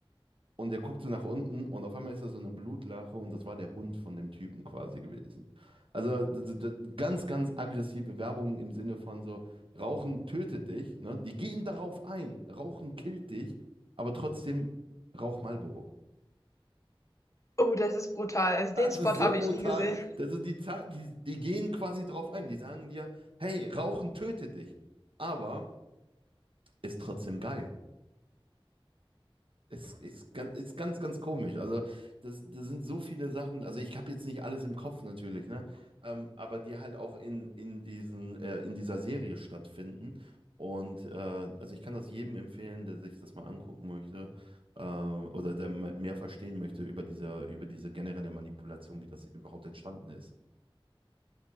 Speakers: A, on the right; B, on the left.
A: Und der guckt so nach unten und auf einmal ist da so eine Blutlache und das war der Hund von dem Typen quasi gewesen. Also d- d- d- ganz, ganz aggressive Werbung im Sinne von so, Rauchen tötet dich, ne? Die gehen darauf ein, Rauchen killt dich, aber trotzdem rauch Marlboro. <laughs>
B: oh, das ist brutal. Also
A: Also
B: den Spot
A: so
B: habe
A: brutal.
B: ich nie gesehen.
A: Also die, Za- die, die gehen quasi drauf ein, die sagen dir, hey, Rauchen tötet dich, aber ist trotzdem geil. Ist, ist, ganz, ist ganz, ganz komisch. Also, das, das sind so viele Sachen. Also, ich habe jetzt nicht alles im Kopf natürlich, ne? Ähm, aber die halt auch in, in diesen, äh, in dieser Serie stattfinden. Und äh, also ich kann das jedem empfehlen, der sich das mal angucken möchte, äh, oder der me- mehr verstehen möchte über diese, über diese generelle Manipulation, wie das überhaupt entstanden ist.